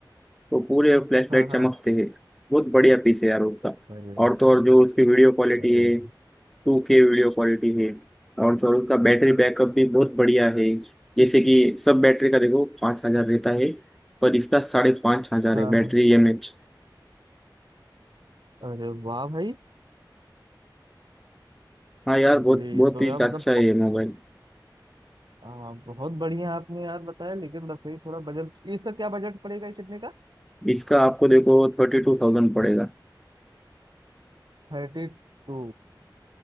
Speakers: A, in the centre; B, on the right (about 70°).
A: तो पूरे फ्लैश
B: हाँ
A: लाइट
B: हाँ
A: चमकते हैं बहुत बढ़िया पीस है यार उसका
B: अरे
A: और तो और जो उसकी वीडियो क्वालिटी
B: अरे
A: है टू के वीडियो क्वालिटी है और थोड़ा उसका बैटरी बैकअप भी बहुत बढ़िया है जैसे कि सब बैटरी का देखो पाँच हजार रहता है पर इसका साढ़े पाँच हजार
B: हाँ
A: है बैटरी
B: हाँ
A: एम एच
B: अरे वाह भाई
A: हाँ यार
B: अरे
A: बहुत बहुत
B: ये तो
A: ही
B: यार मतलब
A: अच्छा है
B: बहुत
A: ये मोबाइल
B: हाँ, बहुत बढ़िया आपने यार बताया लेकिन बस यही थोड़ा बजट इसका क्या बजट पड़ेगा ये कितने का
A: इसका आपको देखो थर्टी टू थाउजेंड पड़ेगा
B: थर्टी टू